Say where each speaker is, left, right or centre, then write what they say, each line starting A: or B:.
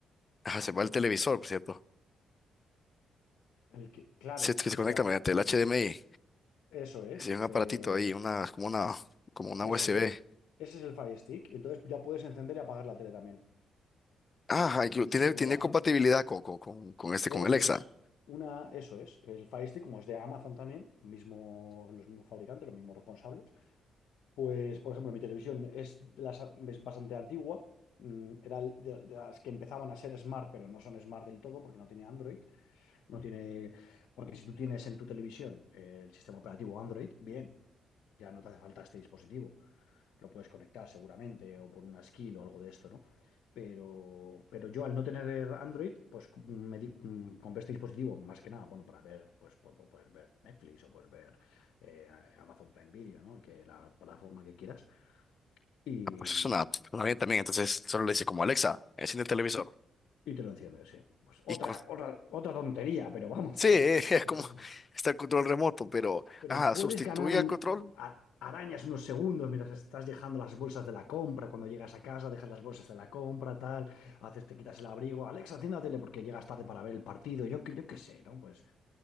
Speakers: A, on the left; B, on the left.
A: Ajá, se va el televisor, por cierto.
B: el que, claro,
A: Se, que se
B: o
A: conecta
B: sea,
A: mediante el HDMI.
B: eso es,
A: Sí, un aparatito
B: eh,
A: ahí, una, como una, como una
B: eso
A: USB.
B: es, ese es el Fire Stick, y entonces ya puedes encender y apagar la tele también.
A: Ah, hay que- tiene,
B: Subir
A: tiene
B: y bajar.
A: compatibilidad con, con, con, con este,
B: Eso
A: con Alexa.
B: es. Una, eso es. El Fire Stick, como es de Amazon también, mismo, los mismos fabricantes, los mismos responsables. Pues, por ejemplo, mi televisión es, de las- es bastante antigua. mm, Era el- de, de las que empezaban a ser smart, pero no son smart del todo porque no tiene Android. No tiene, porque si tú tienes en tu televisión eh, el sistema operativo Android, bien, ya no te hace falta este dispositivo lo puedes conectar seguramente o por una skill o algo de esto, ¿no? Pero, pero yo al no tener Android, pues me di- mm, compré este dispositivo más que nada, bueno, para ver, pues po- po- poder ver Netflix o poder ver eh, Amazon Prime Video, ¿no? El Que, la plataforma que quieras. Y,
A: Ah, pues es una, una bien también, entonces solo le dice como Alexa, enciende el televisor.
B: y te lo enciendes, sí. Pues otra,
A: Y con,
B: otra, otra tontería, pero vamos,
A: sí,
B: <laughs> que,
A: <laughs> es
B: que
A: como,
B: pues
A: está el control remoto, pero,
B: pero
A: ah,
B: puedes
A: sustituye
B: ganar un
A: al control.
B: a- arañas unos segundos mientras estás dejando las bolsas de la compra. Cuando llegas a casa, dejas las bolsas de la compra, tal, haces, te quitas el abrigo. Alexa, enciende la tele porque llegas tarde para ver el partido. Yo, qué- yo qué sé, ¿no? Pues